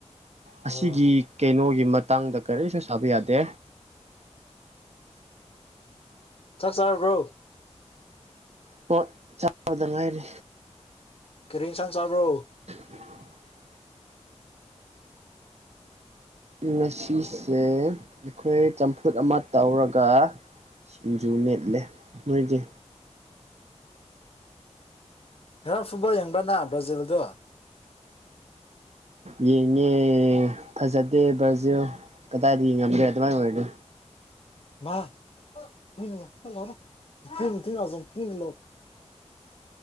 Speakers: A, on the right (about 65°); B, on the left (about 50°).
A: ꯑꯁꯤꯒꯤ
B: ꯑꯣ
A: ꯀꯩꯅꯣꯒꯤ ꯃꯇ ꯇꯥꯡꯗ ꯀꯔꯤꯁꯨ ꯁꯥꯕ ꯌꯥꯗꯦ
B: ꯆꯥꯛ ꯆꯥꯔꯕ꯭ꯔꯣ
A: ꯍꯣꯏ ꯆꯥꯕꯗ ꯉꯥꯏꯔꯤ
B: ꯀꯔꯤ ꯏꯟꯁꯥꯡ ꯆꯥꯕ꯭ꯔꯣ
A: <inaudible> ꯉꯁꯤꯁꯦ ꯑꯩꯈꯣꯏ ꯆꯝꯐꯨꯠ ꯑꯃ ꯇꯧꯔꯒꯥ ꯁꯤꯡꯖꯨ ꯃꯦꯠꯂꯦ ꯅꯣꯏꯗꯤ
B: ꯉꯔꯥꯡ ꯐꯨꯠꯕꯣꯜ ꯌꯦꯡꯕ꯭ꯔ ꯅꯥ ꯕ꯭ꯔꯥꯖꯤꯜꯗꯣ
A: ꯌꯦꯡꯉꯦ ꯐꯖꯗꯦ ꯕ꯭ꯔꯥꯖꯤꯜ ꯀꯗꯥꯏꯗꯒꯤ ꯉꯝꯂꯦ ꯑꯗꯨꯃꯥꯏ ꯑꯣꯏꯔꯗꯤ
B: <unintelligible>